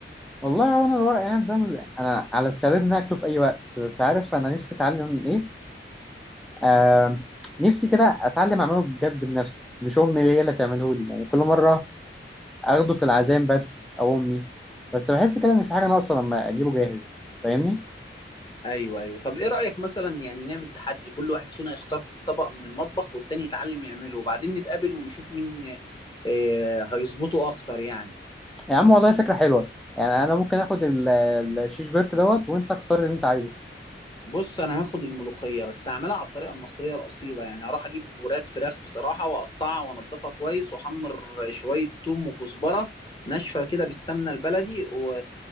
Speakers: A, in the centre; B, on the left (about 25°).
A: والله وانا الورق عنب ده من- انا على استعداد اني اكله في اي وقت بس عارف انا نفسي اتعلم ايه آه نفسي كده اتعلم اعمله بجد بنفسي مش امي اللي هي اللي تعمله لي يعني كل مره اخده في العزايم بس او امي بس بحس كده ان في حاجه ناقصه لما اجيبه جاهز فاهمني
B: ايوه ايوه طب ايه رأيك مثلا يعني نعمل تحدي كل واحد فينا يختار طبق من المطبخ والتاني يتعلم يعمله وبعدين نتقابل ونشوف مين آه هيظبطه اكتر يعني
A: يا عم والله فكرة حلوة يعني أنا ممكن آخد ال- الشيش بيرك دوت وأنت اختار اللي أنت عايزه
B: بص انا هاخد الملوخيه بس هعملها على الطريقه المصريه الاصيله يعني هروح اجيب وراك فراخ بصراحه واقطعها وانضفها كويس واحمر شويه توم وكزبره ناشفه كده بالسمنه البلدي و...